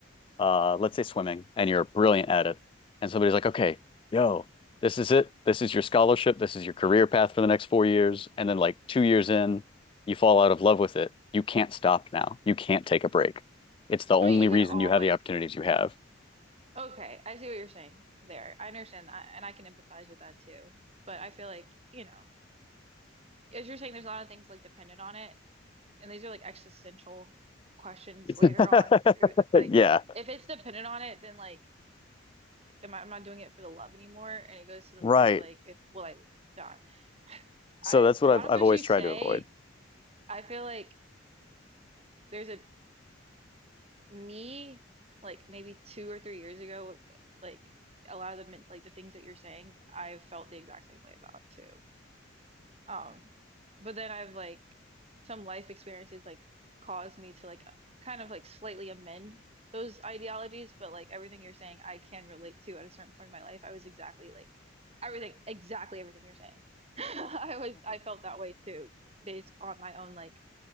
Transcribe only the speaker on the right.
I mean, you could
always.
Okay, I see what you're saying there. I understand that and I can empathize with that too. But I feel like, you know, as you're saying, there's a lot of things like dependent on it, and these are like existential questions
later on too. It's like
if it's dependent on it, then like am I, I'm not doing it for the love anymore. And it goes to the
point of like, if will I not? <laughs>
I
a lot
of
what
you
say,
I feel like there's a me like maybe two or three years ago, like a lot of the like the things that you're saying, I felt the exact same way about too. Um, but then I've like some life experiences like caused me to like uh, kind of like slightly amend those ideologies, but like everything you're saying, I can relate to at a certain point in my life. I was exactly like everything, exactly everything you're saying. <laughs> I was, I felt that way too, based on my own like